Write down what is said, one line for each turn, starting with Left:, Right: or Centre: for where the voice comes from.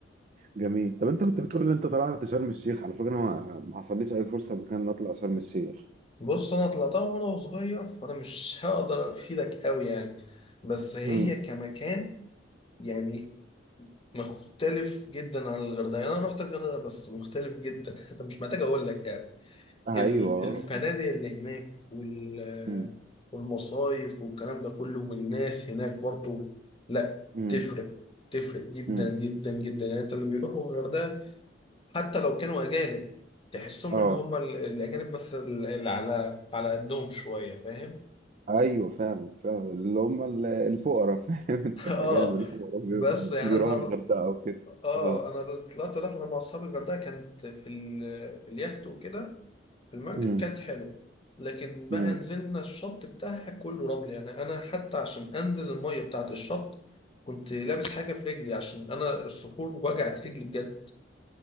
Right: جميل طب انت كنت بتقول ان انت طلعت شرم الشيخ على فكره انا ما ما حصليش اي فرصه قبل كده ان اطلع شرم الشيخ
Left: بص انا طلعتها وانا صغير فانا مش <laughs> هقدر افيدك قوي يعني بس هي
Right: امم
Left: كمكان يعني مختلف جدا عن الغردقه يعني انا رحت الغردقه بس مختلف جدا <laughs> انت مش محتاج اقول لك يعني
Right: أيوه
Left: ال- الفنادق اللي هناك وال-
Right: امم
Left: والمصايف والكلام ده كله والناس هناك برضو لا
Right: امم
Left: تفرق تفرق جدا
Right: امم
Left: جدا جدا يعني انت اللي بيروحوا الغردقة حتى لو كانوا أجانب تحسهم
Right: أه
Left: اللي هم ال- الأجانب بس ال- اللي على على قدهم شوية فاهم؟
Right: أيوه فعلا فعلا اللي هم ال- الفقراء <laughs> فاهم أنت
Left: <laughs>
Right: الأجانب
Left: اه
Right: الفقراء بي-
Left: بس يعني
Right: بيروحوا
Left: أنا
Right: الغردقة
Left: ر-
Right: أو كده
Left: اه
Right: أه
Left: أنا طلعت رحلة مع أصحابي الغردقة كانت في ال... في اليخت وكده المركب
Right: امم
Left: كانت حلوة لكن بقى
Right: امم
Left: نزلنا الشط بتاعها كله رمل يعني أنا حتى عشان أنزل المية بتاعت الشط كنت لابس حاجة في رجلي عشان أنا الصخور وجعت رجلي بجد